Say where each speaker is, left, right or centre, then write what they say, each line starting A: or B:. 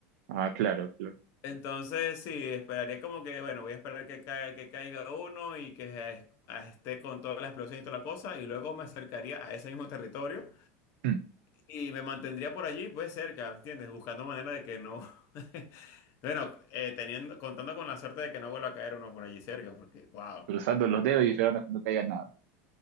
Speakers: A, on the right; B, on the left.
A: Ah, claro, claro.
B: Entonces, sí, esperaría como que, bueno, voy a esperar que, cae, que caiga uno y que eh, esté con toda la explosión y toda la cosa, y luego me acercaría a ese mismo territorio
A: Mm.
B: Y me mantendría por allí, pues cerca, ¿entiendes? Buscando manera de que no. <laughs> Bueno, eh, teniendo, contando con la suerte de que no vuelva a caer uno por allí cerca, porque, wow.
A: Cruzando los dedos y esperando que no caiga nada.